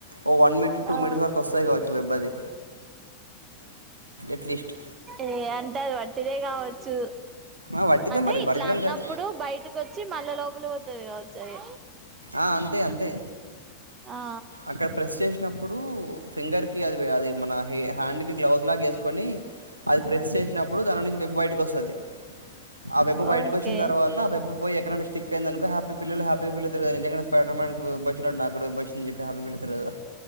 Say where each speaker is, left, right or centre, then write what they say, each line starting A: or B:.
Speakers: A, on the right; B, on the right.
A: ఓ వన్ మీటర్ టూ
B: ఆ
A: మీటర్స్ వరకు వస్తాయి కావచ్చు వెబ్బది అట్లీస్ట్
B: ఏ అంటే అది వట్టిదే కావచ్చు
A: ఆ వట్టిదే
B: అంటే
A: మరి
B: ఇట్లా
A: ఒరిజినల్
B: అన్నప్పుడు
A: కాదు
B: బయటకొచ్చి మళ్ళా లోపలి పోతది కావచ్చది
A: ఆ అంతే అంతే
B: ఆ
A: అక్కడ ప్రెస్ చేసినప్పుడు ఫింగర్ కి అది అది మన హ్యాండ్ కి గ్లౌస్ లాగ వేసుకొని అది ప్రెస్ చేసినప్పుడు దాన్లో నుంచి వెబ్ బయటకు వస్తాది ఆ వెబ్ బయటికొచ్చిన
B: ఓకే
A: తర్వాత వెబ్ పోయి ఎక్కడనా స్టిక్ అయిందనుకో హ్యాపీ పిల్లలు హ్యాపీ పిల్లలు స్పైడర్ మ్యాన్ కు ఉబ్బోచినట్టు నాక్కూడా ఉబ్బొచ్చిందని చెప్పి హ్యాపీగా ఫీల్ అవుతారు కదా